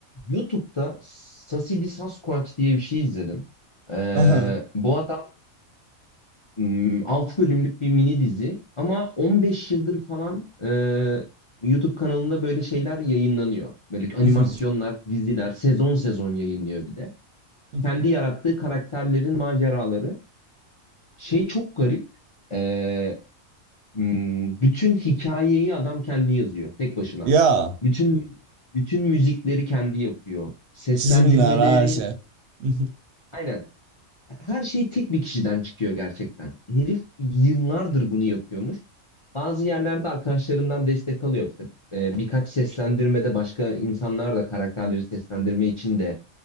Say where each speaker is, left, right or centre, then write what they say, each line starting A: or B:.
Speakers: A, on the left; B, on the right.
A: YouTube'da Sasidi Sasquatch diye bir şey izledim. Ee,
B: Aha. <laughs>
A: bu adam hmm, 6 bölümlük bir mini dizi ama 15 yıldır falan e, YouTube kanalında böyle şeyler yayınlanıyor. Böyle animasyonlar,
B: Mhm.
A: diziler sezon sezon yayınlıyor bir de.
B: Mhm.
A: Kendi yarattığı karakterlerin maceraları. Şey çok garip. Ee, m, bütün hikayeyi adam kendi yazıyor tek başına.
B: Ya
A: Bütün bütün müzikleri kendi yapıyor. Seslendirmelerin
B: çizimler her şey. <laughs> Mhm.
A: Aynen. her şey tek bir kişiden çıkıyor gerçekten. Herif yıllardır bunu yapıyormuş. Bazı yerlerde arkadaşlarından destek alıyor işte. Ee, birkaç seslendirmede başka insanlar da karakterleri seslendirme için de